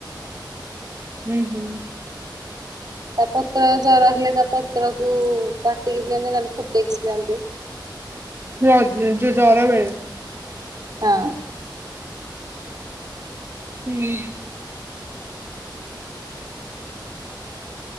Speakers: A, on the right; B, on the right.
A: ହୁଁ ହୁଁ।
B: ତା ପତ୍ର ଜର ହେଲେ ତା ପତ୍ର କୁ ବାଟିକି ପିଅନ୍ତି ନହଲେ ଫୁଟେଇକି ପିଅନ୍ତି।
A: ଯୋଉ ଜର ବେଳେ।
B: ହଁ।
A: ହୁଁ।